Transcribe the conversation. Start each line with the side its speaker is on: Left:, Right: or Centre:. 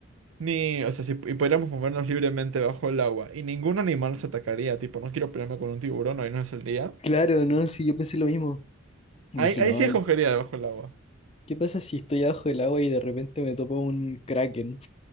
Right: Ni, o sea, si y pudiéramos movernos libremente bajo el agua y ningún animal nos atacaría, tipo, no quiero pelearme con un tiburón, ahí no es el día.
Left: Claro, no, sí, yo pensé lo mismo. Dije,
Right: Ahí, ahí
Left: no,
Right: sí escogería debajo del agua.
Left: ¿Qué pasa si estoy abajo del agua y de repente me topo un kraken?